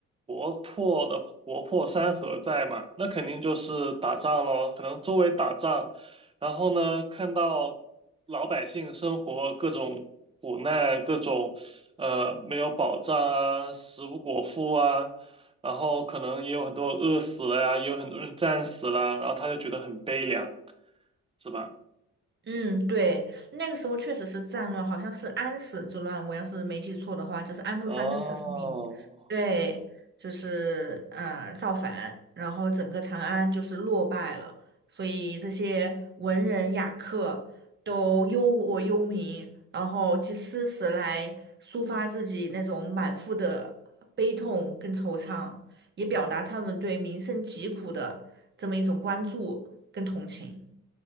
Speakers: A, on the right; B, on the right.
A: 国破的国破山河在嘛，那肯定就是打仗咯，可能周围打仗，然后呢，看到老百姓生活各种苦难，各种呃没有保障啊，食不果腹啊，然后可能也有很多饿死了呀，也有很多人战死了，然后他就觉得很悲凉，是吧？
B: 嗯，对，那个时候确实是战乱，好像是安史之乱，我要是没记错的话，就是安禄山跟史思明，
A: 哦。
B: 对，就是呃造反，然后整个长安就是落败了，所以这些文人雅客都忧国忧民，然后借诗词来抒发自己那种满腹的悲痛跟惆怅，也表达他们对民生疾苦的这么一种关注跟同情。